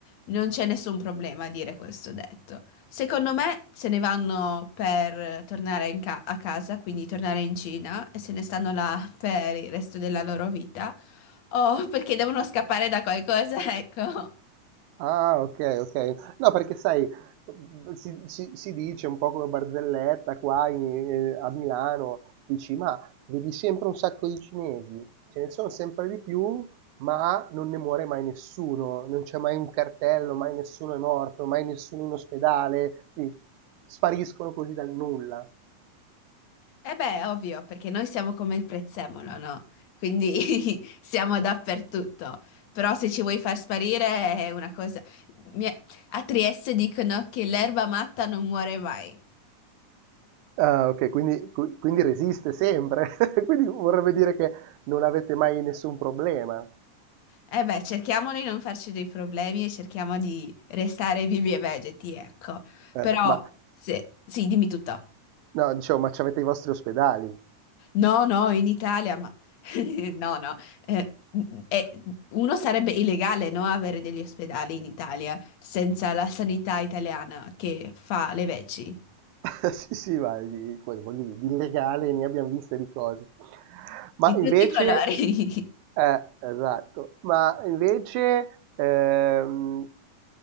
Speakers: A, on the left; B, on the right.
A: non c'è nessun problema a dire questo detto. Secondo me se ne vanno per tornare in ca- a casa, quindi tornare in Cina e se ne stanno là <laughs> per il resto della loro vita, o perché devono scappare da qualcosa, <laughs> ecco.
B: Ah, ok, ok. No, perché sai, mhmm, si, si- si dice un po' come barzelletta qua in- eh, a Milano, dici, ma vedi sempre un sacco di cinesi, ce ne sono sempre di più, ma non ne muore mai nessuno, non c'è mai un cartello, mai nessuno è morto, mai nessuno in ospedale, sì, spariscono così dal nulla.
A: Eh beh, ovvio, perché noi siamo come il prezzemolo, no? Quindi <laughs> siamo dappertutto. Però se ci vuoi far sparire è una cosa... Mi- A Trieste dicono che l'erba matta non muore mai.
B: Ah okay, quindi qui quindi resiste sempre, <laughs> quindi vorrebbe dire che non avete mai nessun problema.
A: Eh beh, cerchiamo di non farci dei problemi e cerchiamo di restare vivi e vegeti, ecco.
B: Eh,
A: Però,
B: ma
A: se... sì, dimmi tutto.
B: no, dicevo, ma c'avete i vostri ospedali.
A: No, no, in Italia, ma <laughs> no, no, eh, eh, uno sarebbe illegale, no, avere degli ospedali in Italia senza la sanità italiana che fa le veci
B: <laughs> Sì, sì, ma di quello voglio dire, di illegale ne abbiam viste di cose. Ma
A: di tutti
B: invece
A: i colori. <laughs>
B: eh, esatto, ma invece, ehm,